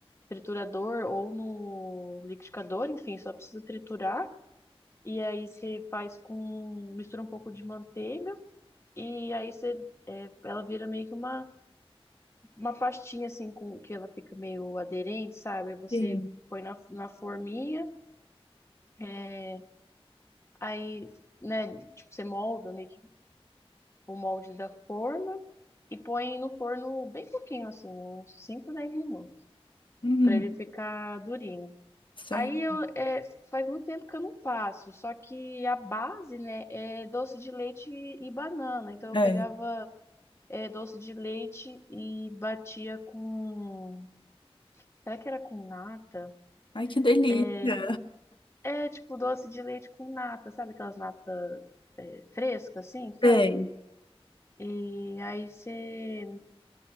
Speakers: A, on the left; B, on the left.
A: triturador ou no liquidificador, enfim, só precisa triturar. E aí você faz com, mistura um pouco de manteiga e aí você é, ela vira meio que uma, uma pastinha assim com que ela fica meio aderente, sabe? Aí Você
B: Sim.
A: põe na, na forminha, é, aí, né, tipo, você molda meio que o molde da forma e põe no forno bem pouquinho, assim, uns 5 10 minutos,
B: Uhum.
A: para ele ficar durinho.
B: Certo.
A: Aí eu é, faz muito tempo que eu não faço, só que a base, né, é doce de leite e banana. Então eu
B: É.
A: pegava é, doce de leite e batia com, será que era com nata?
B: Ai, que delícia.
A: É é, tipo doce de leite com nata, sabe aquelas natas é, frescas assim, sabe?
B: Sei.
A: E aí você